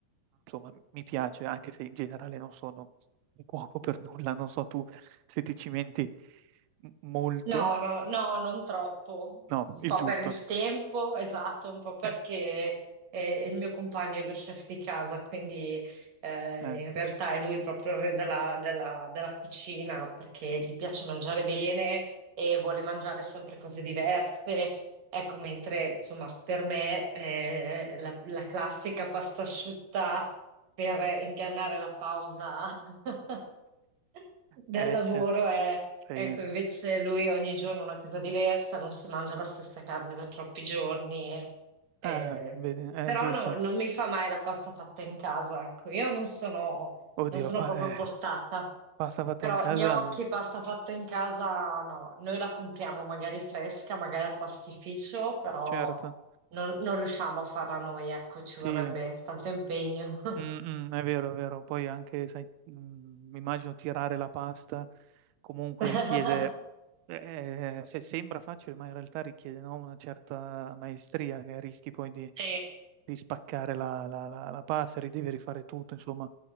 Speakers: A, on the right; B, on the right.
A: insomma, mi piace, anche se in generale non sono un cuoco per nulla, non so tu se ti cimenti m- molto.
B: No, no, no, non troppo.
A: No,
B: Un
A: il
B: po'
A: giusto.
B: per il tempo, esatto, un po' perché
A: Eh,
B: eh, il mio compagno è lo chef di casa, quindi eh,
A: eh.
B: in realtà è lui proprio il re della, della- della cucina perché gli piace mangiare bene e vuole mangiare sempre cose diverse. Ecco, mentre insomma per me eh, la,
A: <laughs>
B: la classica pasta asciutta per ingannare la pausa <laughs> Del
A: Eh,
B: lavoro
A: certo,
B: è,
A: sì.
B: ecco, invece lui ogni giorno una cosa diversa, non si mangia la stessa carne per troppi giorni. e- e-
A: Ah, vedi, è
B: però
A: giusto.
B: no- non mi fa mai la pasta fatta in casa, ecco, io non sono,
A: Oddio,
B: non sono
A: pa-
B: proprio
A: eh,
B: portata.
A: pasta fatta
B: Però
A: in casa,
B: gnocchi, pasta fatta in casa, no, noi la compriamo magari fresca, magari al pastificio, però
A: certo.
B: non, non riusciamo a farla noi, ecco, ci
A: Sì,
B: vorrebbe tanto impegno.
A: Mm, mm, è vero, è vero. Poi anche, sai, mm, mi immagino tirare la pasta comunque
B: <laughs>
A: richiede, eh, eh, se sembra facile, ma in realtà richiede, no, una certa maestria che rischi poi di,
B: Sì.
A: di spaccare la, la, la, la pasta, ri- devi rifare tutto, insomma.